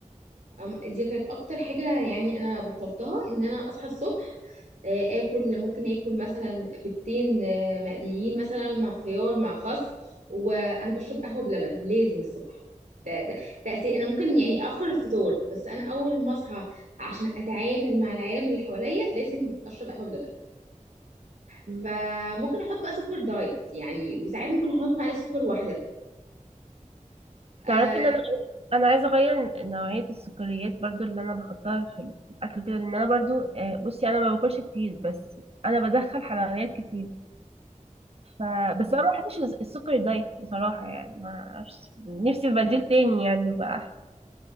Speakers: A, on the right (about 85°); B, on the right (about 50°).
A: أم- دي كانت اكتر حاجة يعني انا بطلتها ان انا اصحى الصبح آه، اكل ممكن اكل مثلا بيضتين آه، مقليين مثلا مع خيار مع خس وانا بشرب قهوة بلبن لازم الصبح ده ده تأثير انا ممكن يعني اخر الفطور بس انا اول ما اصحى عشان اتعامل مع العالم اللي حواليا لازم اشرب قهوة بلبن
B: امم
A: فممكن احط بقى سكر دايت يعني وساعات ممكن احط معلقة سكر واحدة آه
B: تعرفي ان انا انا عايزه اغير نوعيه السكريات برضو اللي انا بحطها في الاكل كده لان انا برضو آه، بصي انا ما باكلش كتير بس انا بدخل حلويات كتير ف بس انا ما بحبش الس- السكر دايت بصراحه يعني ما اعرفش نفسي في بديل تاني يعني يبقى احسن